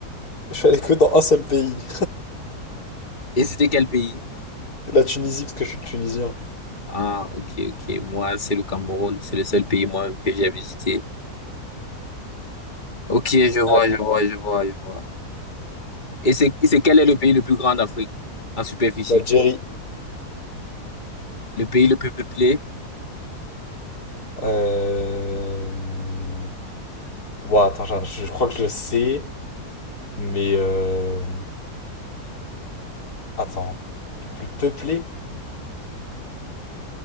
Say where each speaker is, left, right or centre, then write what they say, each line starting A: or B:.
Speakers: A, on the left; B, on the left.
A: Je suis allé que dans un seul pays,
B: Et c'était quel pays?
A: <laughs> la Tunisie parce que je suis tunisien.
B: Ah, ok, ok. Moi, c'est le Cameroun. C'est le seul pays moi-même que j'ai visité. Ok, je vois,
A: Ah,
B: je vois, je vois, je vois. Et c'est, c'est quel est le pays le plus grand d'Afrique en superficie?
A: L'Algérie.
B: Le pays le plus peuplé?
A: Euh, Ouah, attends, j'en- je, je crois que je le sais, mais euh, attends, le plus peuplé,